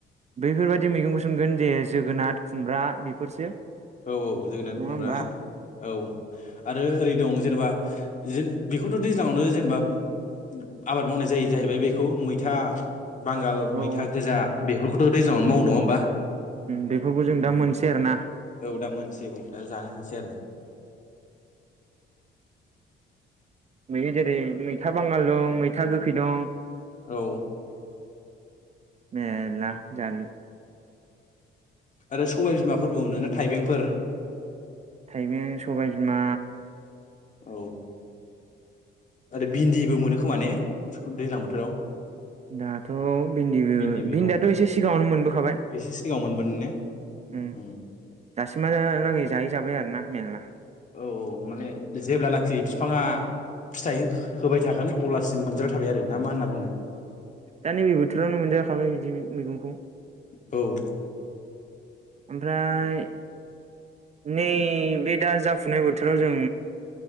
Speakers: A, on the right; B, on the left.
A: बैफोरबायाददि मैगंखौ सोमगोन जे जोगोनाथ खुमब्रा बेफोरसो
B: औ औ जोगोनार
A: नङा
B: खुमब्रा
A: होमबा
B: औ आरो ओरै दं जेनेबा ज बेखौथ' दैज्लांयावनो जेनेबा आबाद मावनाय जायो जाहैबाय बेखौ मैथा बांगाल
A: औ
B: मैथा गोजा बेफोरखौथ' दैज्लांङावनो माव नङा होमबा
A: बेफोरखौ जों
B: उम
A: दा मोनसै आरो ना
B: औ दा मोनसेै औ दा जानो हासै आरो
A: नयो जेरै मैथा बांगाल दं मैथा गोखै दं
B: औ
A: बेला जाल
B: आरो सबाय बिमाफोरबो मोनोना थाइबेंफोर
A: थाइबें सबायबिमा
B: औ आरो भिन्दिबो मोनो खोमा ने दैज्लां बोथोराव
A: दाथ' भिन्दिबो
B: इन्दि मैगं
A: भिन्दियाथ' एसे सिगाङावनो मोनबोखाबाय
B: एसे सिगाङाव मोन
A: उम
B: <unintelligible>
A: दासिमहालागै जाहै जाबाय आरोना मेरला
B: औ औ माने जेब्लानाखि बिफाङा फिथाइ होबाय थागोन अब्लासिम मोनजाबाय थाबाय आरो ना मा होनना बुङो
A: दा नैबे बोथोरावनो मोनजाखाबाय बिदि मैगंखौ
B: औ
A: ओमफ्राय नैबे दा जाफुनाय बोथोराव जों